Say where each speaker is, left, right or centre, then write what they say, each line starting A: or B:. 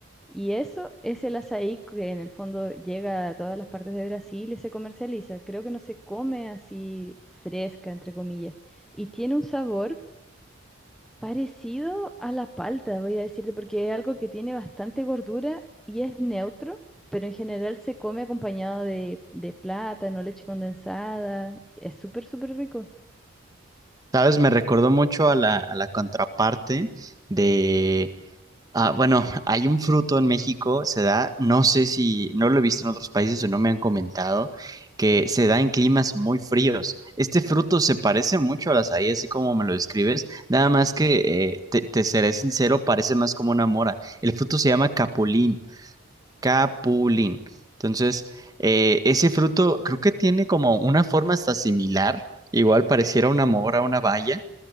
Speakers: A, in the centre; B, on the right (about 20°).
A: Y eso es el açaí que en el fondo llega a todas las partes de Brasil y se comercializa. Creo que no se come así fresca, entre comillas. Y tiene un sabor parecido a la palta, voy a decirte, porque es algo que tiene bastante gordura y es neutro, pero en general se come acompañado de, de plátano, leche condensada. Es súper, súper rico.
B: Sabes, me recordó mucho a la, a la contraparte de, ah, bueno, hay un fruto en México, se da, no sé si, no lo he visto en otros países o no me han comentado, que se da en climas muy fríos. Este fruto se parece mucho a la azaí, así como me lo describes, nada más que, eh, te, te seré sincero, parece más como una mora. El fruto se llama capulín, capulín. Entonces, eh, ese fruto creo que tiene como una forma hasta similar, igual pareciera una mora, una baya